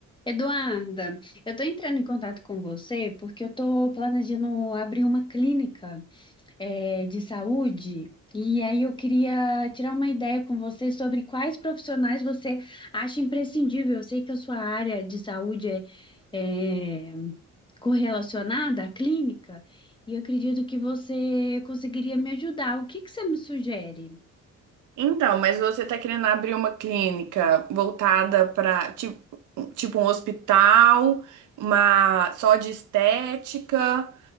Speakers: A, on the left; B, on the right.
A: Eduarda, eu estou entrando em contato com você porque eu estou planejando abrir uma clínica, eh, de saúde e aí eu queria tirar uma ideia com você sobre quais profissionais você acha imprescindível. Eu sei que a sua área de saúde é, eh, correlacionada à clínica e eu acredito que você conseguiria me ajudar. O que que você me sugere?
B: Então, mas você tá querendo abrir uma clínica voltada para tipo, tipo um hospital, uma só de estética,